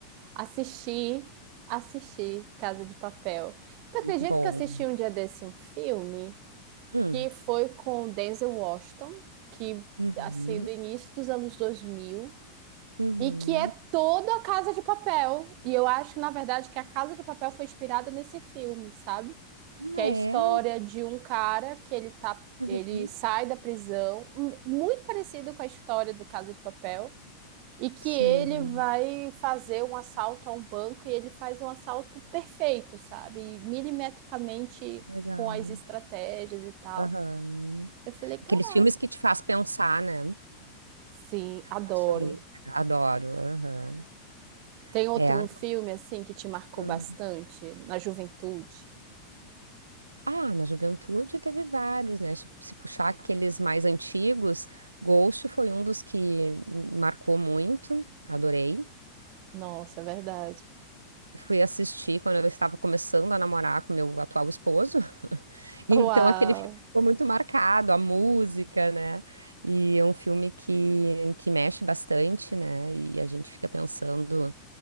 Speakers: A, on the right; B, on the right.
A: Assisti, assisti Casa de Papel. Tu acredita
B: Muito bom.
A: que eu assisti um dia desse um filme
B: Hum.
A: que foi com o Denzel Washington, que,
B: Uhum.
A: assim, do início dos anos 2000.
B: Uhum.
A: E que é toda a Casa de Papel. E eu acho, na verdade, que a Casa de Papel foi inspirada nesse filme, sabe? Que
B: Ah,
A: é a
B: é?
A: história de um cara que ele tá,
B: Uhum.
A: ele sai da prisão, m- muito parecido com a história do Casa de Papel, e que
B: Sim,
A: ele vai fazer um assalto a um banco e ele faz um assalto perfeito, sabe? E milimetricamente
B: legal.
A: com as estratégias e tal.
B: Aham.
A: Eu falei, caraca.
B: Aqueles filmes que te faz pensar, né?
A: Sim, adoro.
B: Acho muito. legal. Adoro. aham.
A: Tem outro
B: É.
A: um filme assim que te marcou
B: Hum.
A: bastante na juventude?
B: Ah, na juventude teve vários, né? Se se puxar aqueles mais antigos, Ghost foi um dos que me marcou muito. Adorei.
A: Nossa, é verdade.
B: Fui assistir quando eu estava começando a namorar com meu atual esposo. <laughs> Então
A: Uau!
B: aquele filme ficou muito marcado, a música, né? E é um filme que, que mexe bastante, né? E a gente fica pensando.